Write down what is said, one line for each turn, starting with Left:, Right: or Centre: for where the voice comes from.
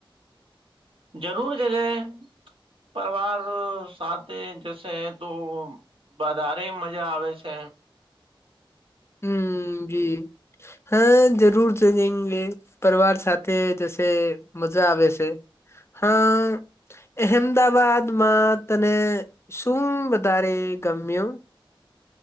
Right: જરૂર જજે પરિવાર સાથે જશે તો વધારે મજા આવે છે
Left: હમ જી હા જરૂર જ જઈંગે પરિવાર સાથે જશે મજા આવે છે હા અહેમદાવાાદમાં તને શું વધારે ગમ્યો